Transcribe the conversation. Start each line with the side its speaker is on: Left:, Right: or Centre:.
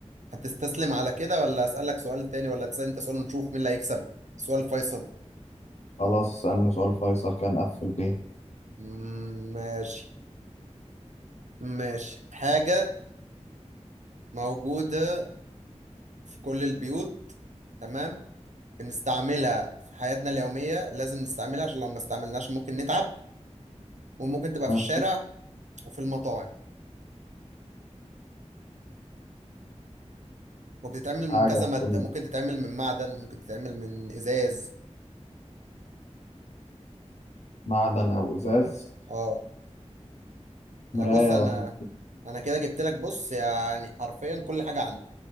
Right: هتستسلم على كده ولا اسالك سؤال تاني ولا تسال انت سؤال ونشوف مين اللي هيكسب سؤال فيصل
Left: خلاص اسألني سؤال فيصل كان قفل بيه
Right: مم، ماشي ماشي حاجة موجودة في كل البيوت تمام بنستعملها في حياتنا اليومية لازم نستعملها عشان لو ما استعملناش ممكن نتعب وممكن تبقى
Left: ماشي
Right: في الشارع وفي المطاعم وبتتعمل
Left: حاجة
Right: من كذا مادة
Left: في كل
Right: ممكن تتعمل من معدن ممكن تتعمل من إزاز
Left: معدن او ازاز
Right: اه
Left: مراية
Right: انا بص انا
Left: ولا
Right: انا كده جبت لك بص يعني حرفيا كل حاجة عندي